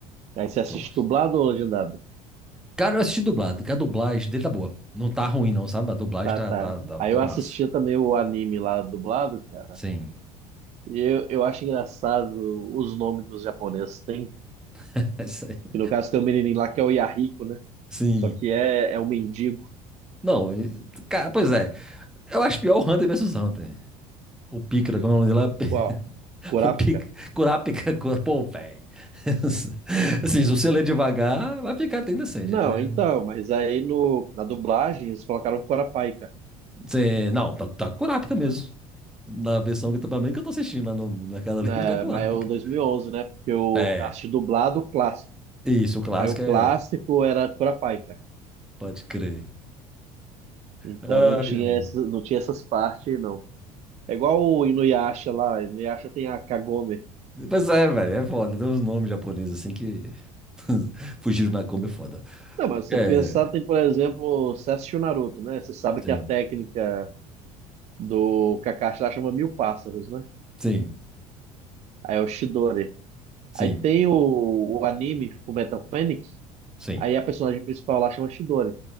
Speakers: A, on the right (about 35°); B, in the centre.
A: aí você assiste
B: gosto.
A: dublado ou legendado?
B: Cara, eu assisti dublado, que a dublagem dele tá boa. Não tá ruim, não, sabe? A dublagem
A: Tá,
B: tá,
A: tá.
B: tá, tá,
A: Aí
B: tá
A: eu
B: massa.
A: assistia também o anime lá dublado, cara,
B: Sim.
A: e eu, eu acho engraçado os nomes que os japoneses têm
B: <laughs> É isso aí.
A: Que no caso tem um menininho lá que é o Yahiko, né?
B: Sim.
A: Só que é, é um mendigo.
B: Não, e- cara, pois é. Eu acho pior o Hunter versus Hunter. O Pícara, como é o nome dele lá?
A: Qual?
B: <laughs>
A: Kurapika?
B: O Pic, Curápica, cura, pô, velho. <laughs> Assim, se você ler devagar, vai ficar até indecente,
A: Não,
B: né?
A: então, mas aí no, na dublagem eles colocaram Kurapika.
B: Você- não, tá, tá Curápica mesmo. Na versão que, tá- também que eu tô assistindo lá no Mercado Livre,
A: Né?
B: tá Curápica.
A: Mas é o 2011, né? Porque eu
B: É,
A: assisti dublado o clássico.
B: isso, o clássico
A: Aí o clássico
B: é
A: era Kurapika.
B: Pode crer.
A: Então
B: Ai,
A: não tinha, essa- não tinha essas partes, não. É igual o Inuyasha lá. Inuyasha tem a Kagome.
B: ai. Pois é, velho, é foda. Tem uns nomes japoneses assim que <laughs> fugiram na Kombi é foda.
A: Não, mas se
B: É,
A: você pensar, tem, por exemplo, você assistiu Naruto, né? Você sabe
B: sim,
A: que a técnica do Kakashi lá chama mil pássaros, né?
B: sim,
A: Aí é o Chidori.
B: sim,
A: Aí tem o, o anime Fullmetal Panic,
B: sim,
A: aí a personagem principal lá chama Shidori.